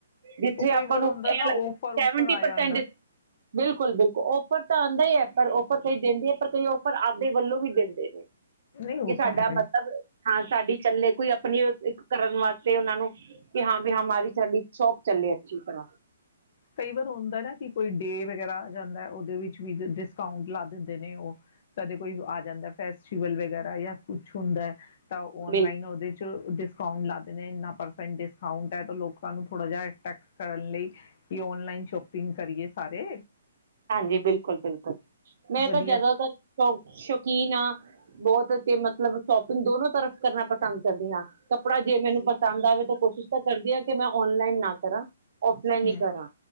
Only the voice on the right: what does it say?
ਜਿੱਥੇ
ਆਪਾਂ
ਨੂੰ
ਲੱ
ਸੇਵੇਟੀ
ਪਰਸੈਂਟ
ਡਿਸਕੌਂਟ ਬਿਲਕੁਲ- ਬਿਲਕੁਲ ਓਫਰ ਤਾਂ ਆਉਂਦਾ ਹੀ ਹੈ ਪਰ ਆਫਰ ਕਈ ਦਿੰਦੇ ਹੈ ਪਰ ਕਈ ਆਫਰ ਆਵਦੇ ਵੱਲੋਂ ਵੀ ਦਿੰਦੇ ਨੇ। ਕਿ
ਸਾਡਾ
ਮਤਲਬ ਹਾਂ ਸਾਡੀ ਚੱਲੇ ਕੋਈ ਆਪਣੀ ਕਰਨ ਵਾਸਤੇ ਉਹਨਾਂ ਨੂੰ ਕਿ ਹਾਂ ਹੁਮਾਰੀ ਸਾਡੀ ਸ਼ੋਪ ਚੱਲੇ ਅੱਛੀ ਤਰ੍ਹਾਂ।
ਬਿਲਕੁਲ
ਹਾਂਜੀ, ਬਿਲਕੁਲ-ਬਿਲਕੁਲ ਮੈਂ
ਤਾਂ ਜਦੋਂ ਤੋਂ ਸ਼ੁਕੀਨ ਹਾਂ। ਬਹੁਤ ਅੱਛੇ ਮਤਲਬ ਸ਼ੋਪਿੰਗ ਦੋਨੋ ਤਰਫ ਕਰਨਾ। ਪਸੰਦ ਕਰਦੀ ਹਾਂ, ਕੱਪੜਾ ਜੇ ਮੈਨੂੰ ਪਸੰਦ ਆਵੇ ਤਾਂ ਕੋਸ਼ਿਸ਼ ਤਾਂ ਕਰਦੀ ਆ ਕਿ ਮੈਂ ਆਨਲਾਈਨ ਨਾ ਕਰਾਂ, ਔਫਲਾਈਨ
ਹੀ ਕਰਾਂ